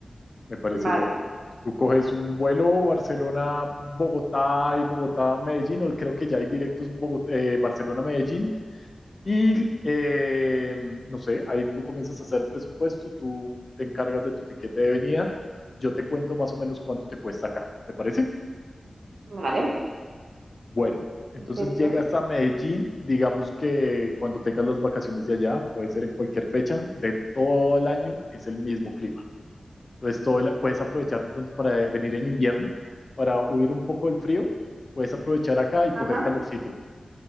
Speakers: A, on the left; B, on the right.
A: Me parecería
B: Vale.
A: perfecto. Tú coges un vuelo Barcelona-Bogotá y Bogotá-Medellín, o creo que ya hay directos Bogot- eh, Barcelona-Medellín. Y eh, no sé, ahí tú comienzas a hacer el presupuesto, tú te encargas de tu tiquete de venida. Yo te cuento más o menos cuánto te cuesta acá, ¿te parece?
B: Vale.
A: Bueno, entonces
B: Perfecto.
A: llegas a Medellín, digamos que cuando tengas las vacaciones de allá, puede ser en cualquier fecha de todo el año, es el mismo clima. Entonces, todo el- puedes aprovechar de pronto para eh, venir en invierno, para huir un poco del frío, puedes aprovechar acá y coger
B: Ajá.
A: calorcito.